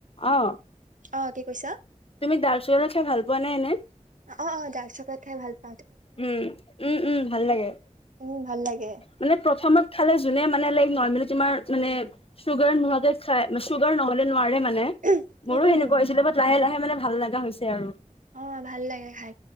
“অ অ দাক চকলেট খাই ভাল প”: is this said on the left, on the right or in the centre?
Right